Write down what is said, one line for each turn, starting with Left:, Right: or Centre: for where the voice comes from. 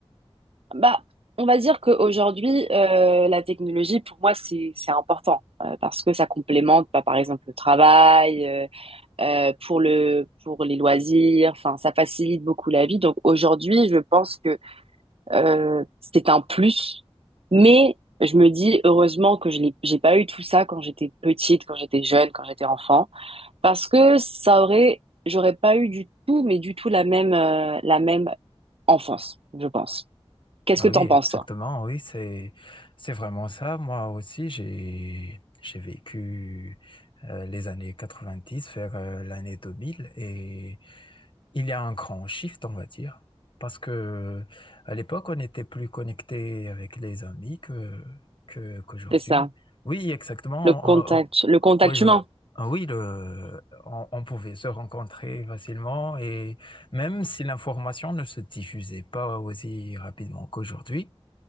Right: Bah, on va dire qu'aujourd'hui, euh, la technologie, pour moi, c'est c'est important euh, parce que ça complémente, bah, par exemple, le travail, euh, euh, pour le pour les loisirs. Enfin, ça facilite beaucoup la vie. Donc aujourd'hui, je pense que euh, c'est un plus, mais je me dis heureusement que je l'ai j'ai pas eu tout ça quand j'étais petite, quand j'étais jeune, quand j'étais enfant. Parce que ça aurait, j'aurais pas eu du tout, mais du tout la même, euh, la même enfance, je pense. Qu'est-ce
Left: Ah
Right: que
Left: Oui,
Right: t'en
Left: exactement.
Right: penses, toi?
Left: Oui, c'est c'est vraiment ça. Moi aussi, j'ai j'ai vécu euh, les années 90 vers euh, l'année 2000 et il y a un grand shift, on va dire, parce que à l'époque, on était plus connecté avec les amis que que qu'aujourd'hui.
Right: C'est ça,
Left: Oui, exactement.
Right: le contact,
Left: Euh, euh,
Right: le contact
Left: aujourd-
Right: humain.
Left: oui, le, on, on pouvait se rencontrer facilement même si l'information ne se diffusait pas aussi rapidement qu'aujourd'hui,